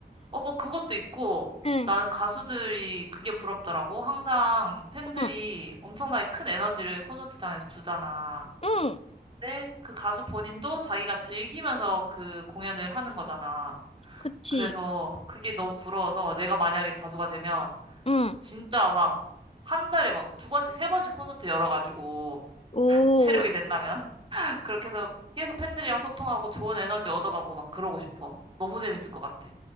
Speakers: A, on the right; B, on the left.
A: 어, 뭐 그것도 있고
B: 응,
A: 나는 가수들이 그게 부럽더라고. 항상 팬들이
B: 응,
A: 엄청나게 큰 에너지를 콘서트장에서 주잖아.
B: 응.
A: 근데 그 가수 본인도 자기가 즐기면서 그 공연을 하는 거잖아.
B: 그치.
A: 그래서 그게 너무 부러워서 내가 만약에 가수가 되면
B: 응.
A: 진짜 막 한 달에 막 두 번씩, 세 번씩 콘서트 열어가지고
B: 오.
A: 체력이 된다면 <laughs> 그렇게 해서 계속 팬들이랑 소통하고 좋은 에너지 얻어가고 막 그러고 싶어. 너무 재밌을 것 같아.